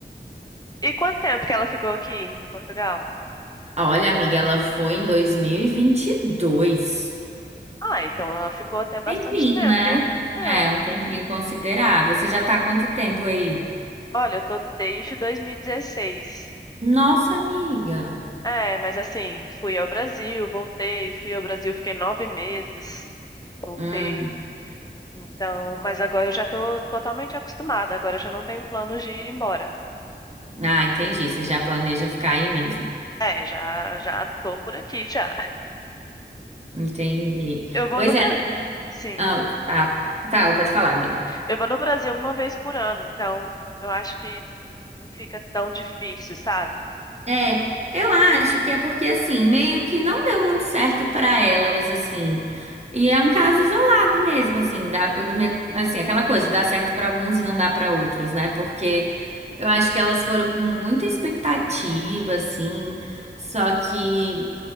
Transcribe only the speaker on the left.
E quanto tempo que ela ficou aqui em Portugal?
Ah, então ela ficou até bastante
tempo.
É.
Olha, eu tô desde 2016.
É, mas assim, fui ao Brasil, voltei, fui ao Brasil, fiquei nove meses, voltei.
Então, mas agora eu já tô totalmente acostumada, agora eu já não tenho planos de ir embora.
É, já já tô por aqui já.
Eu vou
no Brasil.
Sim.
Eu vou no Brasil uma vez por ano, então eu acho que não fica tão difícil, sabe?